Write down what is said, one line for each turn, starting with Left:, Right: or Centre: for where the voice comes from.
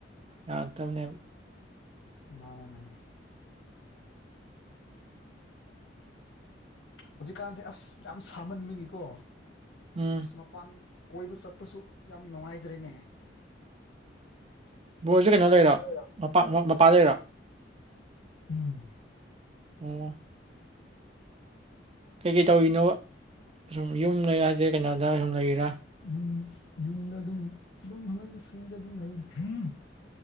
Right: ꯌꯥꯔꯛꯇꯕꯅꯦꯕ
Left: ꯃꯅꯦ ꯃꯅꯦ ꯍꯧꯖꯤꯛꯀꯥꯟꯁꯦ ꯑꯁ ꯌꯥꯝ ꯁꯥꯃꯟꯕꯒꯤꯀꯣ
Right: ꯎꯝ
Left: ꯃꯄꯥꯟ ꯀꯣꯏꯕ ꯆꯠꯄꯁꯨ ꯌꯥꯝ ꯅꯨꯡꯉꯥꯏꯗ꯭ꯔꯦꯅꯦ
Right: ꯕꯣꯜꯁꯦ ꯀꯩꯅꯣ
Left: ꯂꯩꯔ
Right: ꯂꯩꯔꯣ ꯃꯄꯥꯜ ꯃꯄꯥꯜ ꯂꯩꯔꯤꯔꯣ
Left: ꯎꯝ
Right: ꯑꯣ ꯀꯩ ꯀꯩ ꯇꯧꯔꯤꯅꯣ ꯁꯨꯝ ꯌꯨꯝ ꯂꯩ ꯌꯥꯗꯦ ꯀꯩꯅꯣꯗ ꯁꯨꯝ ꯂꯩꯔꯤ
Left: ꯌꯨꯝ ꯌꯨꯝꯗ ꯑꯗꯨꯝ ꯑꯗꯨꯝ ꯍꯟꯗꯛꯀꯤ ꯐ꯭ꯔꯤꯗ ꯑꯗꯨꯝ ꯂꯩꯗ ꯍ